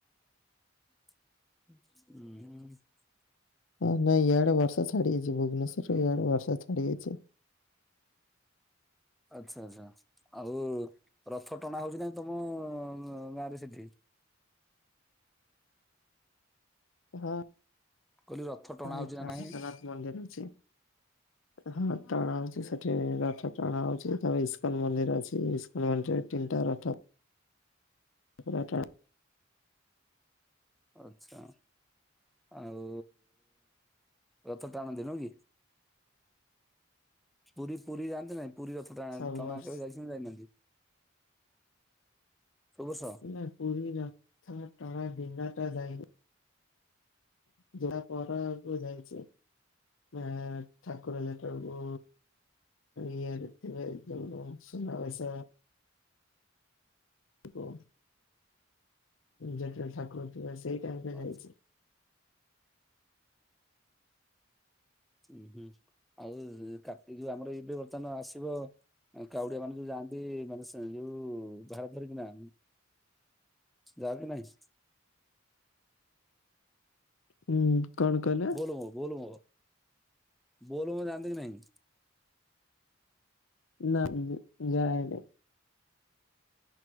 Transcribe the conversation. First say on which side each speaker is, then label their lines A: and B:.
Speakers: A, in the centre; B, on the left.
A: ଉ
B: ହଁ ନାଇଁ ଇଆଡେ ବର୍ଷା ଛାଡି ଯାଇଛି ଭୁବନେଶ୍ୱରରେ ୟାଡେ ବର୍ଷା ଛାଡି ଯାଇଛି।
A: ଆଚ୍ଛା ଆଚଛା ଆଉ ରଥ ଟଣା ହଉଛି ନାଇଁ ତମ ଗାଁ ରେ ସେଠି
B: ହଁ
A: କହିଲି ରଥ ଟଣା
B: ହ
A: ହଉଛି
B: ଏଜଗନ୍ନାଥ
A: ନା ନାହିଁ?
B: ମନ୍ଦିର ଅଛି।
A: <inaudible>
B: ହଁ ଟାଣା ହଉଛି ସେଠି ରଥ ଟାଣା ହଉଛି ତା ଇସ୍କନ ମନ୍ଦିର ଅଛି ଇସ୍କନ ମନ୍ଦିରରେ ତିନିଟା ରଥ। ପୁରା ଟଣା
A: ଆଛା, ଆଉ ରଥ ଟାଣନ୍ତି ନୁହଁ କି? ପୁରୀ ପୁରୀ ଯାଆନ୍ତି ନାଇଁ ପୁରୀ ରଥ ଟଣା
B: ସବୁ
A: ଟଣା
B: ବର୍ଷ
A: କେବେ ଯାଇଚ ଯାଇନାହାନ୍ତି? ସବୁ ବର୍ଷ?
B: ନାଇଁ ପୁରୀ ରଥ ଟଣା ଦିନ ଟା ଯାଇନି। ଯୋଡ଼ା ପର ଆକୁ ଯାଇଛି ଆ ଠାକୁର ଯେତେବେଳକୁ ଇଏରେ ଥିବେ, ଶୁନ ସୁନାବେସ। ଥିବ ଯେତବେଳେ ଠାକୁର ଥିବ ସେଇ ଟାଇମ ରେ
A: ଆଚ୍ଛା,
B: ଯାଇଛି।
A: ଉୁଁ ହୁଁ ଆଉ କାର୍ତିଯୋଉ ଆମର ଏବେ ବର୍ତ୍ତମାନ ଆସିବ କାଉଡିଆ ମାନେ ଯୋଉ ଯାଆନ୍ତି ମାନେ ସେ ଯୋଉ ଭାର ଧରିକିନା ଜାଓ କି ନାହିଁ?
B: ହୁଁ। କଣ କହିଲ?
A: ବୋଲ୍ ବମ୍, ବୋଲ୍ ବମ୍। ବୋଲ୍ ବମ୍ ଜାନ୍ତି କି ନାହିଁ?
B: ନା ନା ଯାଏନି।